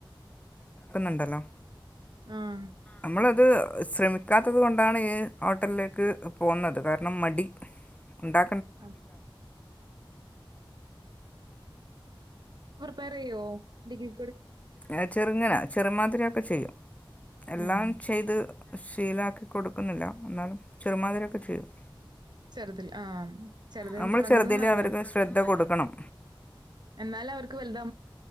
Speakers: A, on the left (about 15°); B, on the right (about 55°).
A: ഉണ്ടല്ലോ
B: ആഹ്.
A: അമ്മളത് ശ്രമിക്കാത്തത് കൊണ്ടാണ് ഹോട്ടൽല്ക്ക് പോന്നത് കാരണം മടി ഉണ്ടാ
B: <unintelligible> പറയോ ഡിഗ്രി
A: ഏഹ് ചെറ്ങ്ങന ചെറുംമാതിരി ഒക്ക ചെയ്യും എല്ലാം
B: ആഹ്.
A: ചെയ്യ്ത് ശീലാക്കി കൊടുക്കുന്നില്ലാ ന്നാലും ചെറ്മാതിര്യാെക്കെ ചെയ്യും
B: ചെറ്തിൽ ആം ചെറ്തിന്ന്
A: നമ്മൾ
B: തെടങ്ങ്ന്ന്
A: ചെറുതിൽ
B: നല്ലതാ
A: അവർക്ക് ശ്രദ്ധ കൊടുക്കണം
B: എന്നാലാവര്ക്ക് വൽതാ